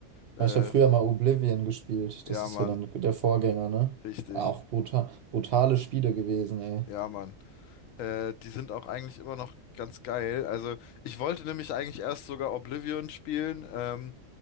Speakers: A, on the left; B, on the right.
A: Äh,
B: Ja, Ich habe früher mal Oblivion gespielt.
A: ja,
B: Das ist
A: Mann,
B: ja dann der Vorgänger, ne?
A: richtig.
B: Auch brutal, brutale Spiele gewesen, ey.
A: Ja, Mann. Äh, die sind auch eigentlich immer noch ganz geil. Also ich wollte nämlich eigentlich erst sogar Oblivion spielen. Ähm,